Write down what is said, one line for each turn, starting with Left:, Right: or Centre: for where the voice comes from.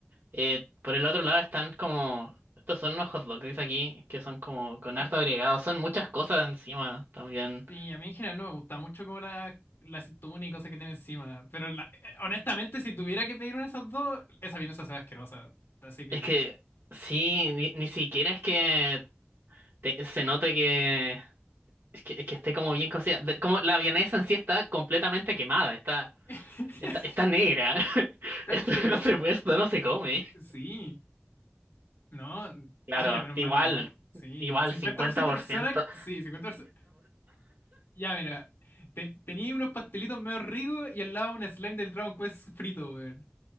Right: Eh, por el otro lado están como, estos son unos hot dogs, dice aquí, que son como con
Left: es-
Right: harto agregado, son muchas cosas encima también.
Left: sí, a mí en general no me gusta mucho como la, la aceituna y cosas que tiene encima, pero la- eh, honestamente si tuviera que pedir una de esas dos, esa vienesa se ve asquerosa, así que...
Right: Es que, sí, ni, ni siquiera es que te- se note que, es que, es que esté como bien cocida. De- como la vienesa en sí está completamente quemada, está,
Left: <laughs>
Right: está, está negra. <laughs>
Left: Está
Right: Esto
Left: asquerosa,
Right: no se puede, esto no se come.
Left: sí, no,
Right: Claro,
Left: ah, ya menos
Right: igual,
Left: mal, más, sí,
Right: igual,
Left: 50%
Right: 50%,
Left: personas,
Right: 50%. por- ciento.
Left: sí, 50%, ya mira, te- tenía unos pastelitos medio ricos y al lado un slime del Dragon Quest frito, weón.